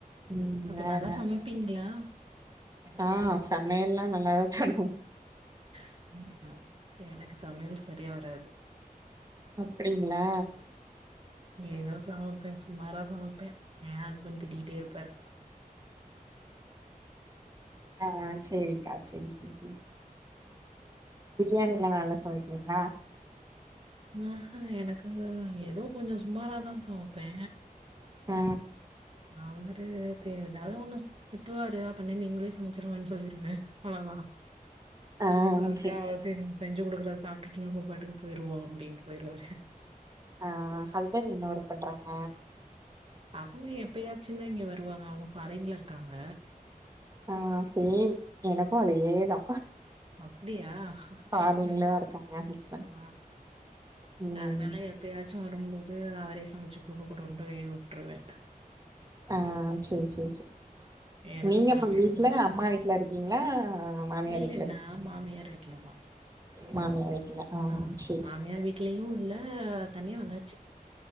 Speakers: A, on the right; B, on the right.
A: ம்
B: அப்ப
A: வேற
B: நல்லா
A: என்ன
B: சமப்பீங்ளா
A: ஆ சமையல்லா நல்லாதா தா பண்ணுவ
B: <inaudible> எனக்கு சமையல் சரியா வராது
A: அப்டிங்களா
B: ஏதோ சமப்பேன் சுமாரா சமப்பேன் ஏன் ஹஸ்பண்டு திட்டிகிட்டே இருப்பாரு
A: ஆ செரிக்கா செரி செரி பிரியாணிலா நல்லா சமப்பிங்ளா
B: ஆ ஹ எனக்கு எதோ கொஞ்சோ சுமாராதா சமப்பே
A: ஆ
B: அவரு தேவைதாது ஒன்னு திட்டுவாரு அப்பன நீங்களே சமைச்சிருங்கன் சொல்லிருவே அவ்ளவா
A: ஆ
B: அது
A: சேரி
B: தேவை
A: சேரி
B: செஞ் செஞ்சு குடுக்குறத சாப்ட்டுட்டு நம்ம பாட்டுக்கு போயிடுவோ அப்டின்ட்டு போயிடுவாரு
A: ஆ ஹஸ்பண்ட் என்ன ஒர்க் பண்றாங்க
B: அவங்க எப்பயாச்சு தா இங்க வருவாங்க அவங்க ஃபாரின்ல இருக்காங்க
A: ஆ சேம் எனக்கு அதேதா
B: அப்படியா
A: ஃபாரின்லதா
B: ம்
A: இருக்காங்க ஹஸ்பண்ட்
B: ஆ
A: ம்
B: அதனால எப்பயாச்சு வரும்போது அவரே சமைச்சு குடுக்க குட்டுண்டு உட்ருவே
A: ஆ சேர் சேர் சேர்
B: எனக்கு
A: நீங்க
B: சமையல்
A: இப்ப வீட்ல
B: கொஞ்சோ
A: அம்மா வீட்ல இருக்கீங்ளா மாமியார்
B: இல்ல
A: வீட்ல இருக்கீங்ளா
B: நா மாமியார் வீட்லதா
A: மாமியா வீட்ல
B: ஆ
A: சேரி
B: மாமியார்
A: சேரி
B: வீட்லயு இல்ல தனியா வந்தாச்சு